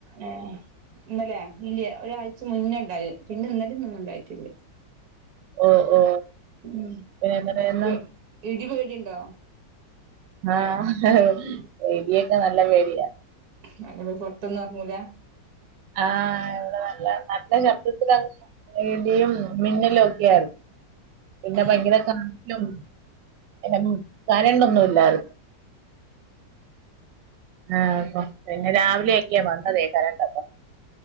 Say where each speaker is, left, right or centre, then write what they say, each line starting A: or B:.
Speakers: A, on the right; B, on the right.
A: ഏഹ് ഇന്നലെ ഇല്ല്യ ഒരായ്ച മുന്നെണ്ടായത് പിന്നെ ഇന്നലിം ഇന്നൊന്നും ഇണ്ടായിറ്റില്യ
B: ഓ ഓ
A: ഉം
B: പിന്നെ എന്താ പറയുന്നെ
A: പ് ഇടിപേടിണ്ടോ
B: ആഹ് ഇടിയൊക്കെ നല്ല പേടിയാ
A: മകള് പൊർത്തൊന്നും എർങ്ങൂല
B: ആഹ് എവടെ നല്ല നല്ല ശബ്ദത്തിലാ ഇടിയും മിന്നലും ഒക്കെയാര്ന്നു പിന്നെ
A: ആ
B: ഭയങ്കര കാറ്റും ഇണ്ടായ്ന്നു കരണ്ടൊന്നും ഇല്ലാര്ന്നു ആഹ് അപ്പൊ പിന്നെ രാവിലെയെക്കെയാ വന്നതേ കരണ്ടൊക്കെ